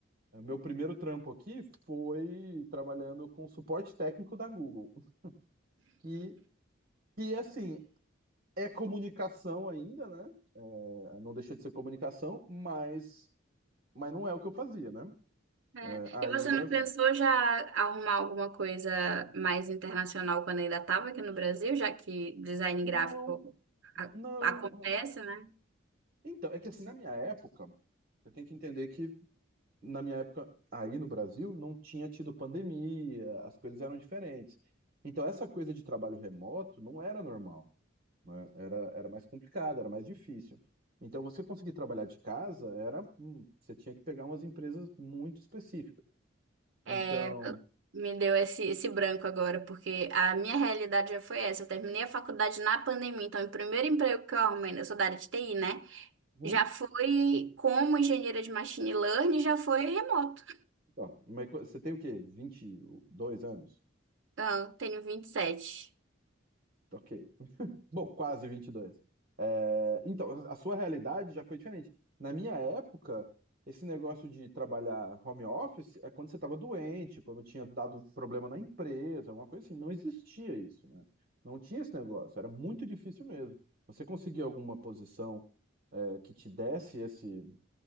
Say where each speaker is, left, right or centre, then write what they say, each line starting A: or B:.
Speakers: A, on the right (about 45°); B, on the right (about 65°).
A: é, meu primeiro trampo aqui foi trabalhando com suporte técnico da Google, que, que assim, é comunicação ainda, né? É, Não deixa de ser comunicação, mas, mas não é o que eu fazia, né?
B: É.
A: É, aí
B: E você
A: no Brasil.
B: não pensou já arrumar alguma coisa mais internacional quando ainda estava aqui no Brasil, já que design
A: Não,
B: gráfico a-
A: não.
B: acontece,
A: mas-
B: né?
A: Então, é que assim, na minha época, você tem que entender que na minha época, aí no Brasil, não tinha tido pandemia, as coisas eram diferentes. Então, essa coisa de trabalho remoto não era normal, né? Era, era mais complicado, era mais difícil. Então, você conseguir trabalhar de casa era, hum, você tinha que pegar umas empresas muito específicas.
B: É,
A: Então,
B: me deu esse, esse branco agora, porque a minha realidade já foi essa. Eu terminei a faculdade na pandemia, então o primeiro emprego que eu arrumei, né? eu sou da área de TI, né?
A: hum,
B: Já foi como engenheira de machine learning, já foi remoto.
A: ó, mas co- você tem o quê? vinte e dois anos?
B: Então, tenho 27.
A: Ok. Bom, quase 22. É, então, a sua realidade já foi diferente. Na minha época, esse negócio de trabalhar home office é quando você estava doente, quando tinha dado problema na empresa, alguma coisa assim. Não existia isso, né? Não tinha esse negócio. Era muito difícil mesmo. Você conseguir alguma posição, é, que te desse esse,